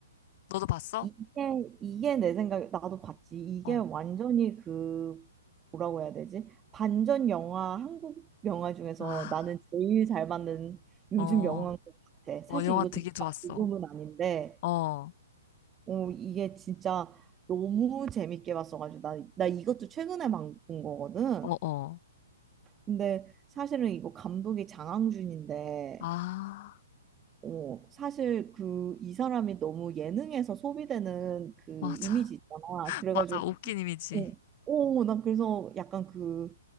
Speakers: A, on the left (about 45°); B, on the right (about 20°).
A: 너도 봤어?
B: 이게, 이게 내 생각에, 나도 봤지. 이게
A: 어.
B: 완전히 그, 뭐라고 해야 되지? 반전 영화, 한국 영화 중에서
A: 아,
B: 나는 제일 잘 맞는 요즘
A: 어,
B: 영화인 것 같아. 사실
A: 어, 영화
B: 이것도
A: 되게
B: 그닥
A: 좋았어.
B: 좋은 은 아닌데.
A: 어, 어,
B: 어, 이게 진짜 너무 재밌게 봤어가지고 나, 나 이것도 최근에 막 본 거거든.
A: 어.
B: 근데 사실은 이거 감독이 장항준인데
A: 아,
B: 어, 사실 그 이 사람이 너무 예능에서 소비되는 그
A: 맞아.
B: 이미지 있잖아.
A: <laughs>
B: 그래가지고
A: 맞아. 웃긴 이미지.
B: 어, 어, 난 그래서 약간 그